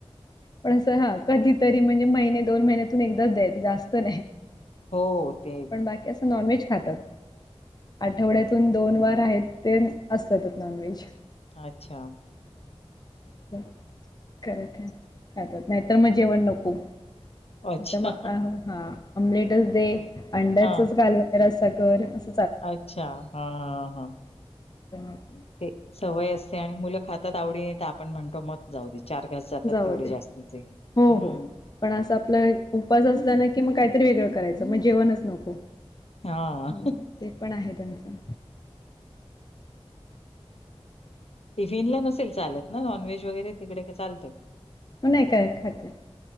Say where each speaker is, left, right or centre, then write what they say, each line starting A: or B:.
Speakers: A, on the left; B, on the left.
A: पण असं हं, कधीतरी, म्हणजे महिने, दोन-महिने तुन एकदाच द्यायचं, जास्त नही,
B: हो तेच.
A: पण बाक की असं नॉनव्हेज खातात, आठवड्यातून दोन
B: हं.
A: वार आहेत, ते असतात नॉनव्हेज.
B: अच्छा.
A: <unintelligible> खर काय, नाहीत म जेवण नको. नहीं
B: अच्छा.
A: त मग, अ ह अमलेटच दे, अंड्याचच
B: हां.
A: खाले रसा कर, अस
B: अच्छा हंअ हं.
A: प <unintelligible>
B: ते सवय असते आणि मुलं खातात आवडीन, त आपण म्हणतो मग जाऊ दे, चार घास जातात,
A: जाऊ
B: तेवढे
A: दे
B: जास्तीचे, हम्म.
A: हो हो. पण असं आपल उपास असला ना कि, मग काहीतरी वेगळं करायचं, मग जेवणच नको.
B: हां.
A: हम्, ते पण आहे त्यांचं.
B: टिफिन ला नसेल चालत ना, नॉनव्हेज वगैरे तिकडे, का चालत?
A: नही काय, खात.